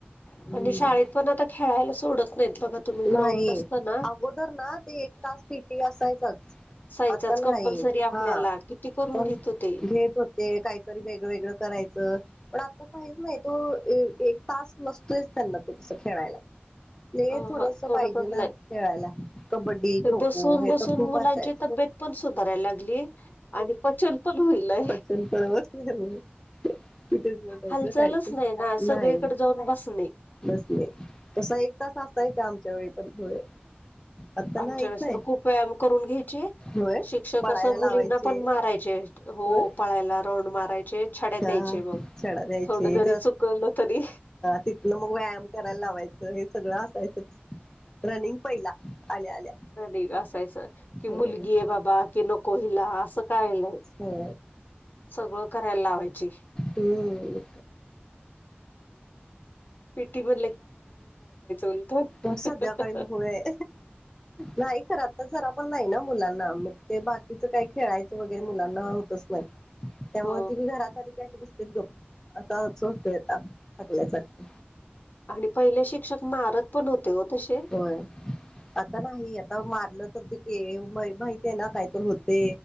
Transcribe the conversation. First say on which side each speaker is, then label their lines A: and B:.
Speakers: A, on the left (about 50°); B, on the left (about 15°).
A: म्हणजे
B: हम्म
A: शाळेत पण आता खेळायला सोडत नाहीत बघा तुम्ही
B: नाही
A: ग्राउंड नसता ना
B: अगोदर ना ते एक तास पीटी असायचच.
A: साईचाच
B: आता
A: कंपल्सरी
B: नाही
A: आपल्याला
B: हा
A: किती करून
B: पण
A: घेतो ते
B: भेत होत. ते काहीतरी वेगळं वेगळं करायचं. पण आता काहीच नाही तो एक तास नसतोयच त्यांना तो तस खेळायला प
A: अ
B: थोडस
A: ह सोडतच
B: पाहिजे
A: नाही.
B: ना खेळायला. कबड्डी
A: ते
B: खो
A: बसून
B: खो हे
A: बसून
B: तर खूप
A: मुलांची
B: असायच.
A: तब्येत पण सुधारायला लागली. आणि पचन पण होईलय.
B: त्यांवस् नाहीमुळे तिथेचटायचं
A: हालचालच
B: कायच
A: नाही ना सगळीकडे
B: नाही.
A: जाऊन बसणे.
B: सले तस एक तास असताय ते आमच्या वेळी पण होय. आता
A: आमच्या
B: नाहीच
A: वेळेस
B: आहे
A: तर खूप व्यायाम करून घ्यायचे
B: होय.
A: शिक्षक
B: पळायला
A: असं
B: लावायचे
A: मुलींना पण मारायचे. हो
B: होय
A: पळायला राऊंड मारायचे छड्यात
B: हा
A: द्यायचे बघ
B: छडा द्यायचे
A: थोडं जरी
B: तर
A: चुकवलं तरी.
B: तिथनं मग व्यायाम करायला लावायचं हे सगळं असायचं रनिंग पहिला आल्या आल्या
A: त असायचं की
B: हम्म.
A: मुलगी आहे बाबा कि नको हिला असं कायलाय?
B: हो
A: सगळं करायला लावायची.
B: हम्.
A: पिटी ब उलट.
B: ब संध्याकाळी घोड आहे नाही खरात तर जरा पण नाही ना मुलांना मग ते बाकीच काही खेळायचं वगैरे मुलांना होतच नाही त्यामुळे
A: हो
B: ती मी घरात आली बस् दो असा सतोयता टाकल्यासारख
A: आपले पहिले शिक्षक मारत पण होते ओ तसे
B: होय. आता नाही आता मारलं तर ते के माहियेय ना काय तर होते.